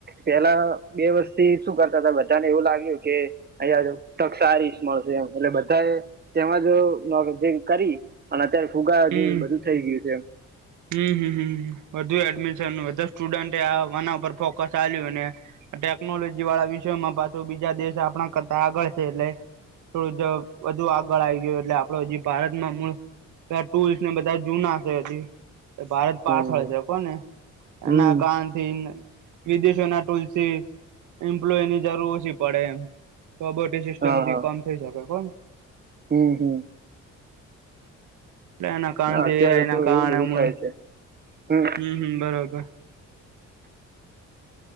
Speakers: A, on the right; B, on the right.
A: પેલા બે વર્ષ થી શું કરતા હતા બધાને એવું લાગ્યું કે અહીંયા જો તક સારી મળશે એમ એટલે બધા તેમાંજ જે <unintelligible> કરી અને અત્યારે ફુગા
B: હમ
A: જે બધું થઈ ગયું છે.
B: હમ, હમ, હમ વધુ એડમિશન બધા સ્ટુડન્ટના ઉપર ફોકસ. <unintelligible> ટેકનોલોજી વાળા વિષયમાં પાછો બીજા દેશ આપણા કરતા આગળ છે એટલે થોડું જ વધુ આગળ આવી ગયું એટલે આપડો હજી ભારતમાં મુળ ટુલ્સને બધા જૂના છે. ભારત
A: હમ
B: પાછળ છે કોને
A: હમ
B: એના કારણથી વિદેશોના ટુલથી એમ્પ્લોયની જરૂર ઓછી પડે એમ. સિસ્ટમથી
A: હા હા
B: કમ થઈ શકે કોમ.
A: હમ, હમ.
B: એના કારણથી
A: હા, અત્યારે
B: એ આઈ
A: તો
B: કારણે
A: એવું બધું થાય <inaudible>
B: હમ, હમ બરોબર.